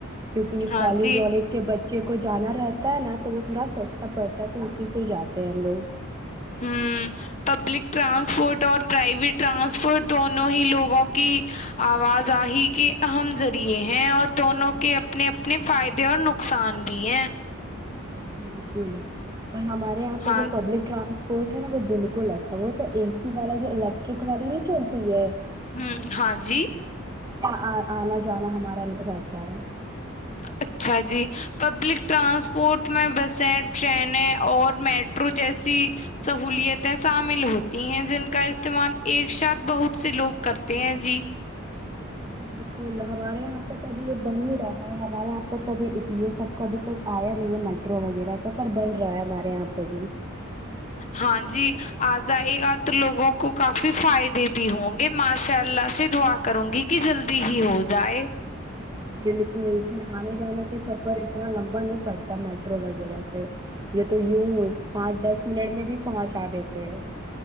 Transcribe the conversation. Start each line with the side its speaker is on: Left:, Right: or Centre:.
Right: کیونکہ یہ
Left: ہاں
Right: کالج
Left: جی
Right: والالج کے بچے ج کو جانا رہتا ہے نا تو وہ تھوڑا سستا پڑتا ہے تو اسی سے ہی جاتے ہیں ہم لوگ
Left: ہ پبلک ٹرانسپورٹ اور پرائیویٹ ٹرانسپورٹ دونوں ہی لوگوں کی آوازاہی کے اہم ذریعے ہیں اور دونوں کے اپنے اپنے فائدے اور نقصان بھی ہیں
Right: بالکل ہمارے یہاں پہ
Left: ہاں
Right: جو پبلک ٹرانس ورٹ ہے نا وہ بالکل اچھا وہ تو اے سی والا جو الیکٹرک والی نہیں چلتی ہے
Left: ہ ہاں جی
Right: ہاں آنا جانا ہمارا رہتا ہے
Left: اچھا جی پبلک ٹرانسپورٹ میں بسیں ٹرینیں اور میٹرو جیسی سہولتیں شامل ہوتی ہیں جن کا استعمال ایک ساتھ بہت سے لوگ کرتے ہیں جی
Right: بالکل ہمارے یہاں پہ تو ابھی یہ بن ہی رہا ہے ہمارے یہاں پہ تو یہ سب کابھی تو آیا نہیں ہے میٹرو وغیرہ کا پر بن رہا ہے ہمارے یہاں پہ بھی
Left: ہاں جی آ جائی گا تو لوگوں کو کافی فائدے بھی ہوں گے ماشاء اللہ سے دعا کروں گی کہ جلدی ہی ہو جائے
Right: بالکل اسن آنے جانے کے سفر اتنا لمبا نہیں پڑتا میٹرو وغیرہ سے یہ تو یوں پانچ دس منٹ میں بھی پہنچا دیتے ہیں